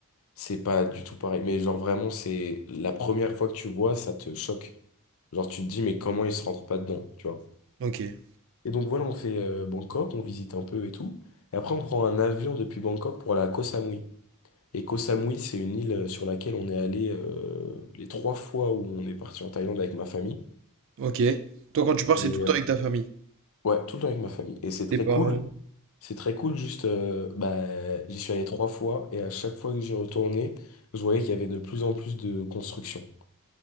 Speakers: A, on the left; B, on the right.
A: C'est pas du tout pareil. Mais genre, vraiment, c'est la première fois que tu vois, ça te choque. Genre, tu te dis, mais comment ils se rentrent pas dedans, tu vois?
B: Ok.
A: Et donc, voilà, on fait euh, Bangkok, on visite un peu et tout. Et après, on prend un avion depuis Bangkok pour aller à Koh Samui. Et Koh Samui, c'est une île euh, sur laquelle on est allé euh, les trois fois où on est parti en Thaïlande avec ma famille.
B: Ok. Toi, quand tu pars,
A: Et
B: c'est tout le
A: euh,
B: temps avec ta famille.
A: ouais, tout le temps avec ma famille. Et c'est très
B: Tes parents.
A: cool. C'est très cool, juste, euh, bah, j'y suis allé trois fois et à chaque fois que j'y retournais, je voyais qu'il y avait de plus en plus de construction.